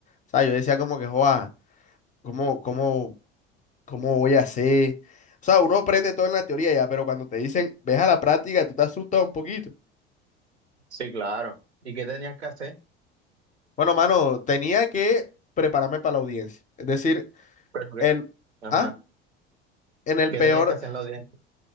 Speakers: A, on the left; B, on the right.
A: o sea, yo decía como que, joa, ¿cómo, cómo, cómo voy a hacer? O sea, uno aprende todo en la teoría ya, pero cuando te dicen, ves a la práctica, tú te asustas un poquito.
B: Sí, claro. ¿Y qué tenías que hacer?
A: Bueno, mano, tenía que prepararme para la audiencia. Es decir,
B: Pero
A: en,
B: que- Ajá.
A: ah, en el
B: ¿Qué
A: peor,
B: tenías que hacer en la audiencia?